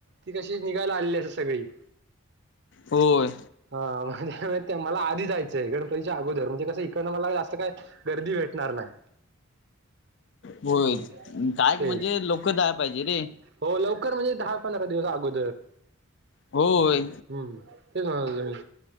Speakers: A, on the right; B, on the left.
A: ती कशी निघायला आलेली अस सगळी.
B: होय.
A: हा म्हणजे ते मला आधी जायचंय गणपतीच्या अगोदर म्हणजे कसं इकडनं मला जास्त काय गर्दी भेटणार नाही.
B: हो
A: हम्म
B: काय क
A: तेच
B: म्हणजे लोक जाय पाहिजे रे.
A: हो लवकर म्हणजे दहा पंधरा दिवस अगोदर.
B: होय.
A: हम् तेच म्हणत होते मी.